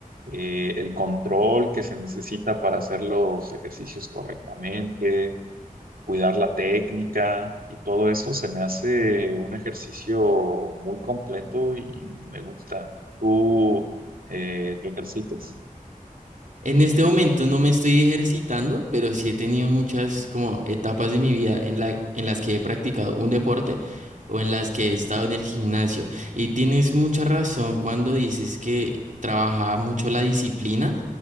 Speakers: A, on the right; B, on the right.
A: eh, el control que se necesita para hacer los ejercicios correctamente, cuidar la técnica y todo eso se me hace un ejercicio muy completo y me gusta. ¿Tú eh, te ejercitas?
B: En este momento no me estoy ejercitando, pero sí he tenido muchas
A: Ujú,
B: como etapas de mi vida en la, en las que he practicado un deporte o en las que he estado en el gimnasio. Y tienes mucha razón cuando dices que trabajaba mucho la disciplina,